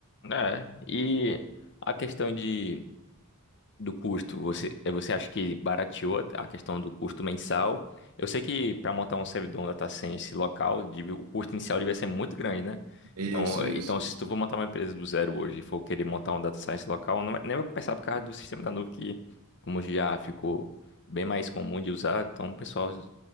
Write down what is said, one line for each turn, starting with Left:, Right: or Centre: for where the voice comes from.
Left: É. E a questão de do custo, você, eh, você acha que barateou a a questão do custo mensal? Eu sei que para montar um servidor um data science local, deve- o custo inicial devia ser muito grande, né?
Right: Isso,
Left: Então, eh,
Right: isso,
Left: então se
Right: isso.
Left: tu for montar uma empresa do zero hoje e for querer montar um data science local, não vai- nem vai começar por causa do sistema da nuvem que, como já ficou bem mais comum de usar, então o pessoal